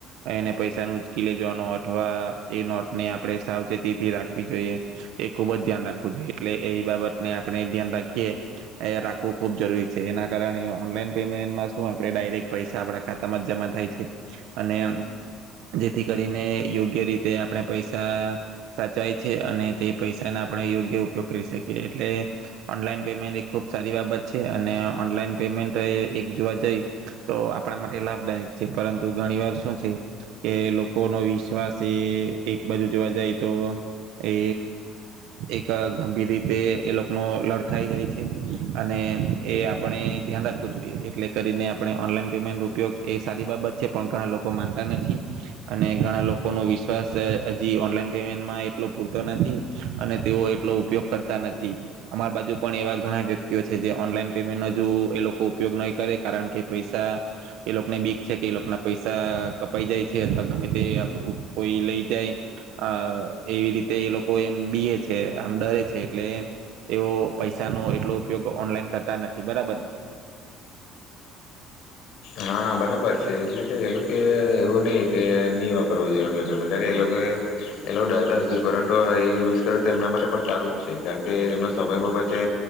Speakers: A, on the right (about 70°); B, on the left (about 55°).
A: એને પૈસા ન ઉચકી લઈ જવાનો અથવા એ નોટને આપડે સાવચેતીથી રાખવી જોઈએ, એ ખુબ જ ધ્યાન રાખવું જોઈએ, એટલે એ બાબતને આપણે ધ્યાન રાખીએ એ રાખવું ખૂબ જરૂરી છે, એના કારણે ઓનલાઈન પેમેન્ટમાં શું આપણે ડાયરેક્ટ પૈસા આપણા ખાતા તામાં જમા થાય છે, અને જેથી કરીને યોગ્ય રીતે આપણે પૈસા સાચાય છે, અને તે પૈસાના આપણે યોગ્ય ઉપયોગ કરી શકીએ, એટલે ઓનલાઈન પેમેન્ટ એ ખુબ સારી બાબત છે, અને ઓનલાઈન પેમેન્ટ એ એક જોવા જઈ તો આપણા માટ એ લાભદાયક છે, પરંતુ ઘણી વાર શું છે, કે લોકોનો વિશ્વાસ છે એ એક બાજુ જોવા જાય તો એ એક ગંભીર રીતે એ લોકોનો લડખાઈ જાય છે, અને એ આપણે ધ્યાન રાખવું જોઈએ, એટલે કરીને આપણે ઓનલાઈન પેમેન્ટ રૂ ત્યોક એ સારી બાબત છે, પણ ઘણા લોકો માનતા નથી, અને ઘણા લોકોનો વિશ્વાસ હજી ઓનલાઈન પેમેન્ટમાં એટલો પૂરતો નથી, અને તેઓ એટલો ઉપયોગ કરતા નથી. અમાર બાજુ પણ એવા ઘણાય વ્યક્તિઓ છે, જે ઓનલાઈન પેમેન્ટ હજુ એ લોકો ઉપયોગ નહી કરે, કારણ કે પૈસા એ લોકને બીક છે, કે એ લોકોના પૈસા કપાઈ જાય છે, અથવા ગમે તે કોઈ લઈ જાય અ એવી રીતે એ લોકો એમ બીએ છે, આમ ડરે છે, એટલે એ પૈસાનો એટલો ઉપયોગ ઓનલાઈન કરતા નથી, બરાબરને.
B: હા, બરાબર છે, એટલે કે એ લોકો એવું નહી કે ની વાપરવું જોઈએ ઓનલાઈન પેમેન્ટ કારણ કે એ લોકો એ લોકો ડરતા નથી, પરંતુ એ યુઝ કરે તો એમના માટે પણ સારું જ છે, કારણ કે એમનો સમય પણ બચે